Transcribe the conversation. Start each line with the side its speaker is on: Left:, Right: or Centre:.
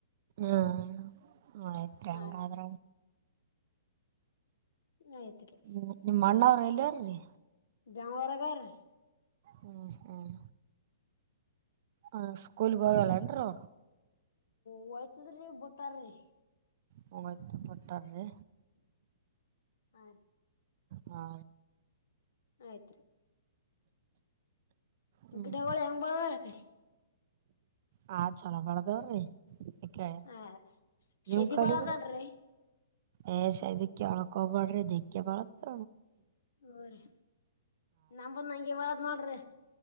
Right: ಹ್ಮ್ ಆಯ್ತ್ರಿ
Left: ಹ
Right: ಹಂಗಾದ್ರ
Left: ಆಯ್ತ್ರಿ
Right: ಹ್ಮ ನಿಮ್ಮ್ ಅಣ್ಣ ಅವ್ರ ಎಲ್ಲಿರೀ
Left: ಬೆಂಗ್ಳೂರಗಾರ್ರೀ
Right: ಹ್ಮ್ ಹ್ಮ್ ಹ ಸ್ಕೂಲ್ ಹೋಗಾಲನ್ರು
Left: ಹೋಯ್ತದ್ರಿ ಬಿಟ್ಟಾರ್ರಿ
Right: ಹೋಗ್ತಿದ್ರು ಬಿಟ್ಟರೆ
Left: ಅರಿ
Right: ಹಾ
Left: ಆಯ್ತ್ರಿ
Right: ಹ್ಮ್
Left: ಗಿಡಗಳು ಹೆಂಗ್ ಬಳಾರ ಕಡೆ
Right: ಹಾ ಚಲೋ ಬೆಳದಾವ್ರಿ ಕ
Left: ಹ
Right: ನಿಮ್
Left: ಶದಿ
Right: ಕಡಿದ್ರಿ
Left: ಬಾಳದಲ್ರಿ
Right: ಏ ಸದಕ್ಕೆ ಒಳಕೊಬಡ್ರಿ ಜಗ್ಗೆ ಬಳತ್
Left: ಓ ರೀ ನಂಬದ್ ನಂಗೆ ಒಳದ್ ನೋಡ್ರಿ